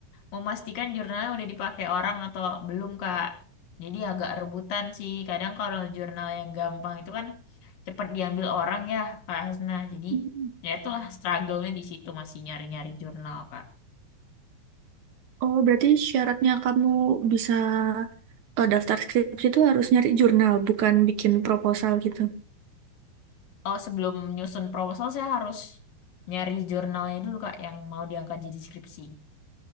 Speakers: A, on the left; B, on the right.
A: memastikan jurnalnya udah dipakai orang atau belum, Kak. Jadi agak rebutan sih. Kadang kalau jurnal yang gampang itu kan cepat diambil orang ya, Kak Hasna. Jadi
B: mm-mm.
A: ya itulah struggle-nya di situ masih nyari-nyari jurnal, Kak.
B: Oh, berarti syaratnya kamu bisa eh, daftar skripsi itu harus nyari jurnal, bukan bikin proposal gitu.
A: Oh, sebelum nyusun proposal saya harus nyari jurnalnya dulu, Kak, yang mau diangkat di deskripsi.